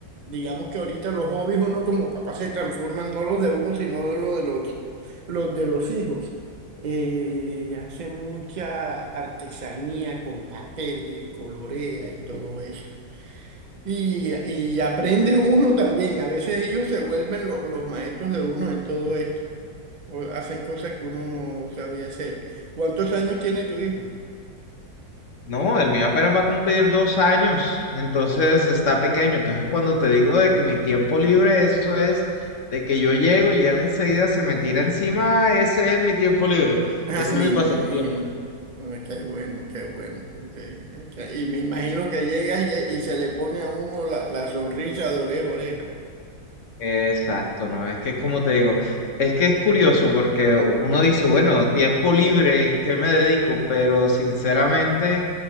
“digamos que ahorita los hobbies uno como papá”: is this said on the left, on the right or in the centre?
Right